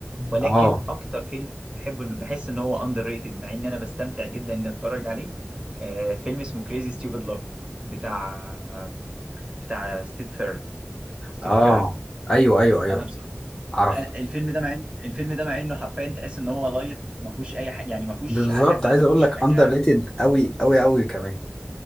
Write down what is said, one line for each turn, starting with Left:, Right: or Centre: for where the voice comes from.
Right: ولكن
Left: اه
Right: اكتر فيلم بحبه انه بحس ان هو اندر ريتد مع ان انا بستمتع جدا اني اتفرج عليه آه، فيلم اسمه كريزي ستيوبد لاف بتاع بتاع ستيف فير ستيف
Left: اه
Right: كيرر
Left: ايوه ايوه ايوه
Right: انا بصراحه
Left: عرفت
Right: أنا الفيلم ده مع إن- الفيلم ده مع انه حرفيا تحس ان هو لايت ما فيهوش اي حاجه يعني ما فيهوش
Left: بالظبط
Right: عارف بقى
Left: عايز
Right: ما
Left: اقول
Right: فيهوش
Left: لك
Right: حاجه
Left: اندر ريتد قوي قوي قوي كمان